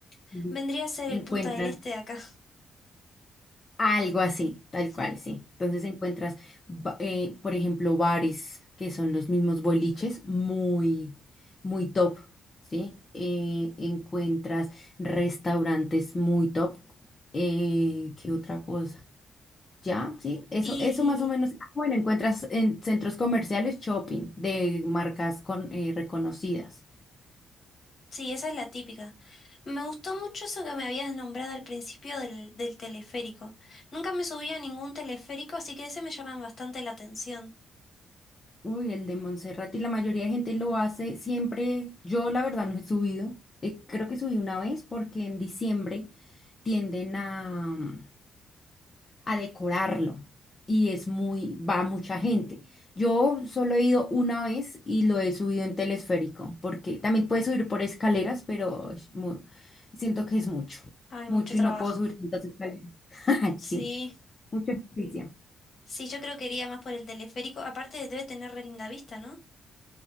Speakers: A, on the left (about 25°); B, on the left (about 40°).
A: Ujú.
B: vendría a ser
A: Encuentras
B: el Punta del Este de acá.
A: algo así, tal
B: <laughs>
A: cual, sí. Entonces encuentras, ba- eh, por ejemplo, bares que son los mismos boliches, muy, muy top, ¿sí? Eh, encuentras restaurantes muy top. Eh, ¿qué otra cosa? Ya, sí, eso,
B: Y
A: eso más o menos. Ah, Bueno, encuentras en centros comerciales shopping de marcas con, eh, reconocidas.
B: sí, esa es la típica. Me gustó mucho eso que me habías nombrado al principio del, del teleférico. Nunca me subí a ningún teleférico, así que ese me llama bastante la atención.
A: Uy, el de Montserrat y la mayoría de gente lo hace siempre. Yo la verdad no he subido. eh, creo que subí una vez porque en diciembre tienden a, a decorarlo y es muy, va mucha gente. Yo solo he ido una vez y lo he subido en telesférico porque también puedes subir por escaleras, pero es mu- siento que es mucho,
B: Hay
A: mucho
B: mucho trabajo.
A: y no puedo subir tantas escaleras. <laughs>
B: Sí,
A: Sí, mucho ejercicio.
B: sí, yo creo que iría más por el teleférico. Aparte debe tener re linda vista, ¿no?